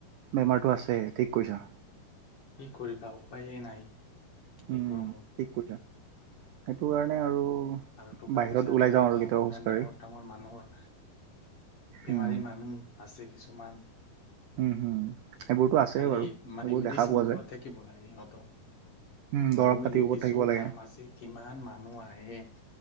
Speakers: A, on the right; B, on the left.
A: বেমাৰটো আছে, ঠিক কৈছা।
B: কি কৰিবা উপায়েই নাই।
A: উম,
B: এই গৰমত।
A: ঠিক কৈছা। সেইটো কাৰণে আৰু
B: আৰু টকা
A: বাহিৰত
B: পইচাটো
A: ওলাই যাওঁ
B: অভাৱ,
A: আৰু কেতিয়াবা
B: ইমান
A: খোজকাঢ়ি
B: ডাঙৰ ডাঙৰ মানুহৰ বেমাৰী
A: উম।
B: মানুহ, আছে কিছুমান।
A: উম, হুম, সেইবোৰতো আছেই
B: খালি,
A: বাৰু
B: মানে
A: সেইবোৰ
B: মেডিচিনৰ
A: দেখা পোৱা
B: ওপৰত
A: যায়।
B: থাকিব লাগে, সিহঁতক।
A: উম, দৰৱ
B: মই
A: পাতিৰ
B: দেখিছোঁ,
A: ওপৰত থাকিব লাগে।
B: ফাৰ্মাচীত কিমান মানুহ আহে!